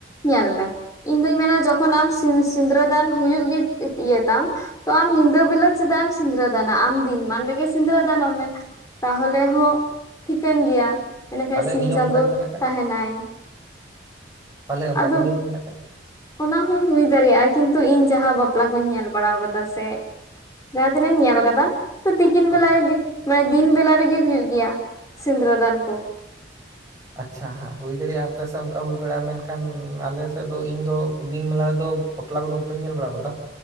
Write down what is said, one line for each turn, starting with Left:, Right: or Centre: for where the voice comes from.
Left: ᱧᱮᱞ ᱢᱮ ᱤᱧ ᱫᱩᱧ ᱢᱮᱱᱟ ᱡᱚᱠᱷᱚᱱ ᱟᱢ ᱥᱤᱸᱤᱫᱨᱟᱹ ᱫᱟᱱ ᱦᱩᱭᱩᱜ ᱜᱮ ᱤᱭᱟᱹ ᱛᱟᱢ ᱛᱚ ᱟᱢ ᱢ ᱧᱤᱫᱟᱹ ᱵᱮᱞᱟ ᱪᱮᱫᱟᱜ ᱮᱢ ᱥᱤᱸᱫᱽᱨᱟᱹ ᱫᱟᱱᱟ ᱟᱢ ᱫᱤᱱ ᱢᱟᱱ ᱨᱮᱜᱮ ᱥᱤᱸᱫᱽᱨᱟᱹ ᱫᱟᱱᱚᱜ ᱢᱮ ᱛᱟᱦᱚᱞᱮ ᱦᱚᱸ ᱴᱷᱤᱠᱟᱹᱱ ᱜᱮᱭᱟ ᱮᱸᱰᱮᱠᱷᱟᱱᱡ
Right: ᱯᱟᱞᱮᱫ
Left: ᱥᱤᱧ
Right: ᱱᱤᱭᱚᱢ
Left: ᱪᱟᱸᱫᱚᱭ
Right: ᱚᱱᱠᱟ ᱜᱮ ᱢᱮᱱᱟᱜ ᱠᱟᱜ
Left: ᱛᱟᱦᱮᱱᱟᱭ
Right: ᱯᱟᱞᱮᱫ ᱚᱱᱠᱟ
Left: ᱟᱫᱚ
Right: ᱜᱮ ᱱᱤᱭᱚᱢ ᱢᱮᱱᱟᱜ ᱠᱟᱜ
Left: ᱚᱱᱟ ᱦᱚᱸ ᱦᱩᱭ ᱫᱟᱲᱮᱭᱟᱜᱼᱟ ᱠᱤᱱᱛᱩ ᱤᱧ ᱡᱟᱦᱟᱸ ᱵᱟᱯᱞᱟ ᱠᱩᱧ ᱧᱮᱞ ᱵᱟᱲᱟ ᱟᱠᱟᱫᱟ ᱥᱮ ᱡᱟᱦᱟᱸ ᱛᱤᱱᱟᱹᱜ ᱤᱧ ᱧᱮᱞ ᱟᱠᱟᱫᱟ ᱛᱤᱠᱤᱱ
Right: ᱦᱳᱭ
Left: ᱵᱮᱞᱟ ᱨᱮᱜᱮ ᱢᱟᱱᱮ ᱫᱤᱱ ᱵᱮᱞᱟ ᱨᱮᱜᱮ ᱦᱩᱭᱩᱜ ᱜᱮᱭᱟ ᱥᱤᱸᱫᱽᱨᱟᱹ ᱫᱟᱱ ᱠᱚ
Right: ᱟᱪᱪᱷᱟ ᱦᱟᱸᱜ ᱦᱩᱭ ᱫᱟᱲᱮᱭᱟᱜᱼᱟ ᱟᱯᱮ ᱥᱮᱫ ᱚᱱᱠᱟ ᱦᱩᱭ ᱵᱟᱲᱟᱜᱼᱟ ᱢᱮᱱᱠᱷᱟᱱ ᱟᱞᱮ ᱥᱮᱫ ᱫᱚ ᱤᱧ ᱫᱚ ᱫᱤᱱ ᱵᱮᱞᱟ ᱫᱚ ᱵᱟᱯᱞᱟ ᱠᱚᱫᱚ ᱵᱟᱹᱧ ᱧᱮᱞ ᱵᱟᱲᱟ ᱟᱠᱟᱫᱟ